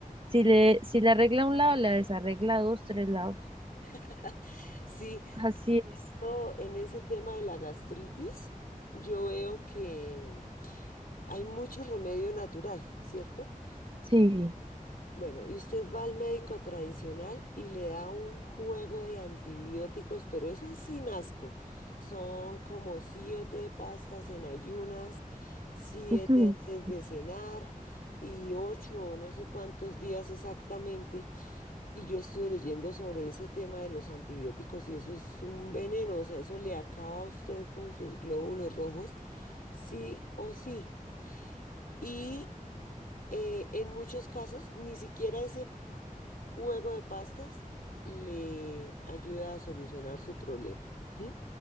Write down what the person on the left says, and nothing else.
<laughs> Sí,
por ejemplo,
en ese tema de la gastritis, yo veo que hay mucho remedio natural, ¿cierto?
Bueno, y usted va al médico tradicional y le da un juego de antibióticos, pero eso es sin asco. Son como siete pastas en ayunas, siete
antes de cenar y ocho o no sé cuántos días exactamente. Y yo estuve leyendo sobre ese tema de los antibióticos y eso es un veneno, o sea, eso le acaba a usted con sus glóbulos rojos, sí o sí. Y eh, en muchos casos, ni siquiera ese juego de pastas le ayuda a solucionar su problema. ¿Mm?